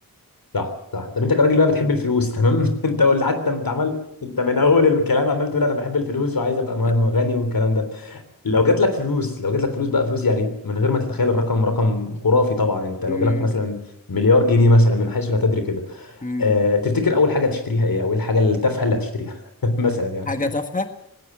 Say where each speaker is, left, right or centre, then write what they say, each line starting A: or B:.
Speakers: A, on the left; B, on the left.
A: صح صح طب انت كراجل بقى بتحب الفلوس تمام <laughs> انت قلت حتى انت عمال انت من اول الكلام عمال تقول انا بحب الفلوس وعايز ابقى مغ-
B: <laughs>
A: غني والكلام ده لو جات لك فلوس لو جات لك فلوس بقى فلوس يعني من غير ما تتخيل الرقم رقم خرافي طبعا انت لو
B: مم.
A: جالك مثلا مليار جنيه مثلا من حيث لا تدري كده
B: مم.
A: اه تفتكر اول حاجه تشتريها ايه او ايه الحاجه التافهه اللي هتشتريها <laughs> مثلا يعني
B: حاجة تافهة